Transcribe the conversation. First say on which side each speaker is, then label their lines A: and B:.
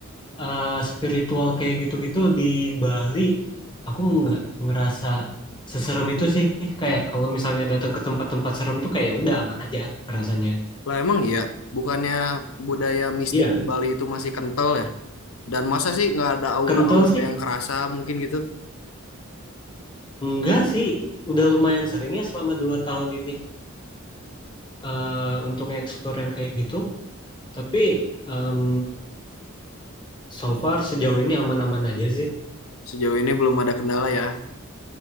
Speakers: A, on the left; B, on the left.
A: eh, spiritual kayak gitu-gitu di Bali aku nggak ngerasa seserem itu sih kayak kalau misalnya datang ke tempat-tempat serem tuh kayak ya udah aman aja rasanya
B: Lah emang iya, bukannya budaya mistik
A: Iya,
B: di Bali itu masih kental ya? Dan masa sih nggak ada aura-aura
A: kental sih
B: yang kerasa mungkin gitu?
A: enggak sih udah lumayan sering ya selama dua tahun ini eh, untuk nge-explore yang kayak gitu tapi em, so far sejauh ini aman-aman aja sih
B: Sejauh ini belum ada kendala ya.